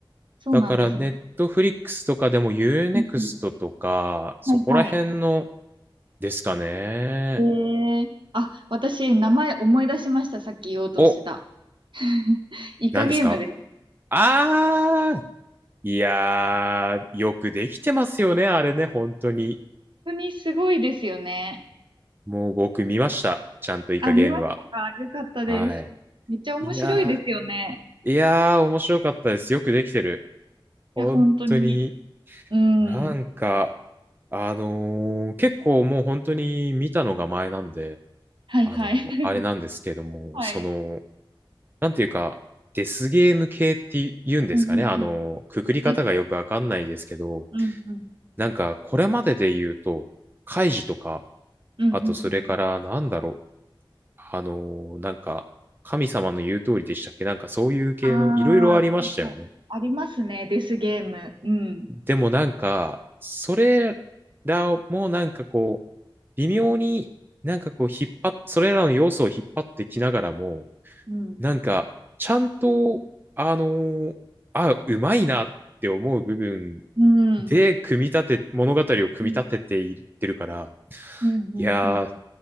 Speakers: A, on the right; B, on the right.
A: そうなんですね。
B: だから、ネットフリックスとかでもユーネクストとか、
A: うんうん
B: そこら辺の
A: はいはい。
B: ですかね。
A: えー、あ、私、名前思い出しました。さっき言おうとしてた。
B: お、
A: <laughs> イカゲームです。
B: 何ですかあーいやー、よくできてますよね、あれね、本当に。
A: 本当にすごいですよね。
B: もう僕見ました。ちゃんとイカゲームは。
A: あ、見ましたかよかったです。
B: はい。
A: めっちゃ面白いですよね。
B: いやー、いやー、面白かったです。よくできてる。本当に。
A: いや、本当に。うん。
B: なんか、あのー結構もう本当に見たのが前なんで、
A: はいはい。
B: あのーあれなんですけども、
A: <laughs> はい。
B: その、なんていうか、デスゲーム系って言うんですかね、
A: うんうんうん。
B: あのーくくり方がよくわかんないですけど、
A: です。うんうん。
B: なんか、これまでで言うと、カイジとか、
A: うんうんうんうん。
B: あとそれから、なんだろう、あのーなんか、神様の言う通りでしたっけなんかそういう系のいろいろありましたよね。
A: ああ、はいはい。ありますね、デスゲーム。うん。
B: でもなんか、それらもなんかこう、微妙になんかこう引っ張っ、それらの要素を引っ張ってきながらも、
A: うん。
B: なんか、ちゃんと、あのーあ、うまいなって思う部分
A: うん。
B: で組み立て、物語を組み立てていってるから、
A: うん。うん。
B: いやー、
A: うん。